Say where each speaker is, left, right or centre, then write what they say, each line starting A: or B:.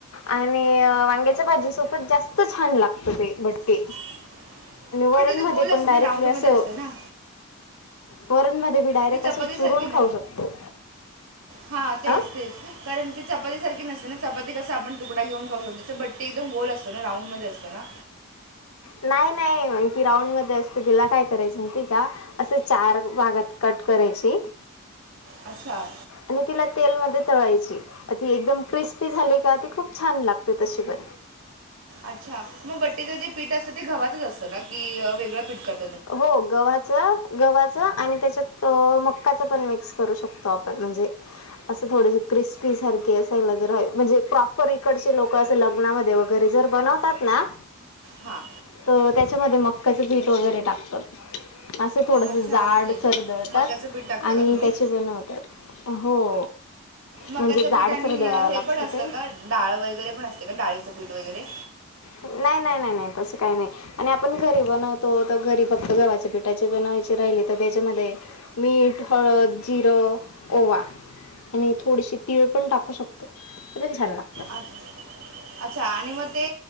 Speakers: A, on the left (about 75°); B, on the right (about 65°).
A: आणि वांग्याच्या भाजी सोबत जास्त छान लागत ते बट्टी
B: <inaudible>
A: वरणमध्ये
B: गोल असते
A: पण डायरेक्टली
B: ना राऊंडमध्ये
A: असं
B: असते ना
A: वरणध्ये मी डायरेक्ट
B: ती चपातीसारखी
A: असं चुरून खाऊ शकतो.
B: हा तेच-
A: हां
B: तेच. कारण ती चपातीसारखी नसते ना चपाती कसा आपण तुडा घेऊन खाऊ शकतो त्या बट्टी एकदम गोल असतो ना राऊंड मध्ये असतो ना.
A: नाही- नाही. मग ती राऊंड मध्ये असते तिला काय करायचं माहिती ये का? असे चार भागात कट करायची
B: अच्छा
A: आणि तिला तेलमध्ये तळायची ती एकदम क्रिस्पी झाली का ती खूप छान लागते तशी पण.
B: अच्छा मग बट्टेचं जे पीठ असतं ते गव्हाच असतं ना की वेगळं पीठ करत
A: हो. गव्हाच गव्हाच आणि त्याच्यात मकाच पण मिक्स करू शकतो आपण म्हणजे असं थोडेस क्रिस्पी सारखे असायला जर म्हणजे प्रॉपर इकडचे लोक असं लग्नामध्ये व घरी जर बनवतात ना.
B: हा.
A: तर त्याच्यामध्ये मक्काचं पीठ वगैरे टाकतात. असं थोडस
B: अच्छा
A: जाड
B: ओके
A: सर दळतात
B: मक्याचं पीठ टाकता
A: आणि
B: का तुम्ही
A: त्याचे बनवतात. हो.
B: मक्याचं
A: म्हणजे जाडसर
B: पीठ आणि
A: दळावं
B: हे
A: लागतं
B: पण असतं
A: ते
B: का डाळ वगैरे पण असते का डाळीचं पीठ वगैरे?
A: नाही - नाही - नाही - नाही. तसं काही नाही. आणि आपण घरी बनवतो तर घरी फक्त गव्हाच्या पिठाचे बनवायचे राहिले तर त्याच्यामध्ये मीठ, हळद, जिरं, ओवा. आणि थोडीशी तीळ पण टाकू शकतो ते पण छान लागत.
B: अ अच्छा आणि मग ते